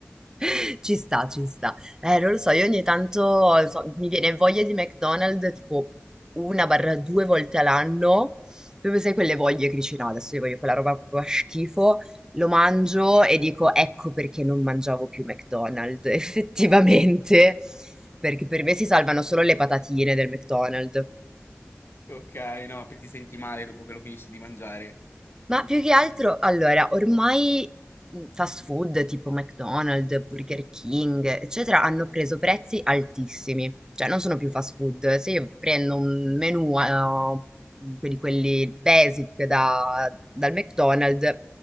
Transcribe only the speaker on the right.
<laughs> Ci sta, ci sta. Eh, non lo so, io ogni tanto so- mi viene voglia di McDonald's tipo una barra due volte all'anno. Proprio sai quelle voglie che dici no, adesso io voglio quella roba proprio a schifo. Lo mangio e dico ecco perché non mangiavo più McDonald's, <laughs> effettivamente. Perché per me si salvano solo le patatine del McDonald's.
Ma più che altro, allora, ormai mh, fast food tipo McDonald's, Burger King, eccetera, hanno preso prezzi altissimi. Cioè, non sono più fast food. Se io prendo un menù, eh, comunque di quelli basic da- dal McDonald's,